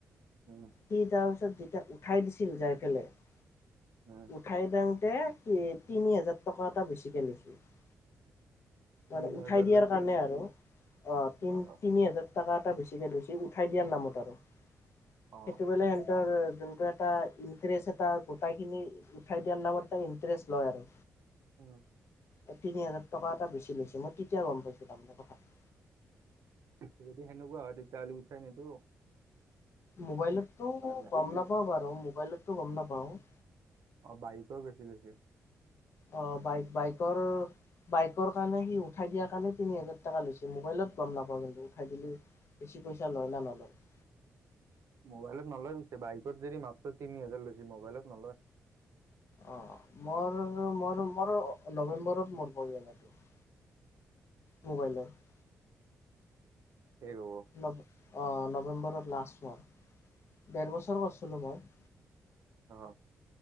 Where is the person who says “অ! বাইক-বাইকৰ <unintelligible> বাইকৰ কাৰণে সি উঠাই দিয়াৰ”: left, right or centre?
Left